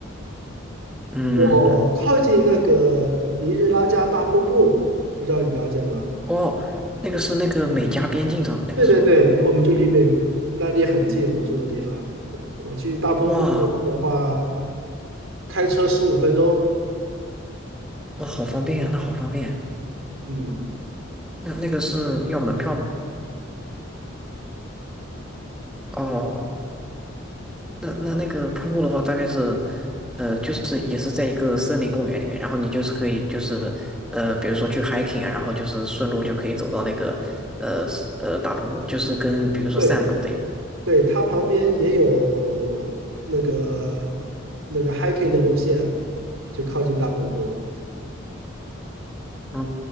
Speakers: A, in the centre; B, on the right (about 80°).
A: 嗯嗯，
B: 我靠近那个尼日拉加大瀑布，
A: 嗯
B: 不知道你了解吗？
A: 哦，那个是那个美加边境上的那个是吧？
B: 对对对，我们就离美那里很近，我住的地方，我去大瀑布的话，
A: 哇，
B: 开车十五分钟。
A: 那好方便呀，那好方便。
B: 嗯，
A: 那那个是要门票吗？哦那那那个瀑布的话，大概是，呃，就是也是在一个森林公园里面，然后你就是可以就是，呃，比如说去 hiking 啊，然后就是顺路就可以走到那个，呃呃大瀑布，就是跟比如说散步的呀，
B: 对对，它旁边也有那个那个 hiking 的路线，就靠近大瀑布。
A: 嗯，